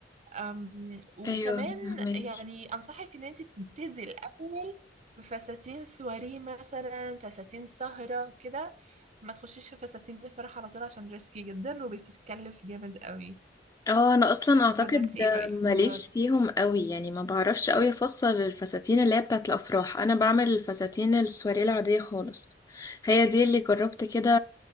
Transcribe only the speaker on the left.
ايوه فهمك
اه انا اصلا اعتقد
ماليش
فيهم قوي يعني ما بعرفش قوي افصل الفساتين اللي هي بتاعت الافراح انا بعمل الفساتين السواريه العاديه خالص هي دي اللي جربت كده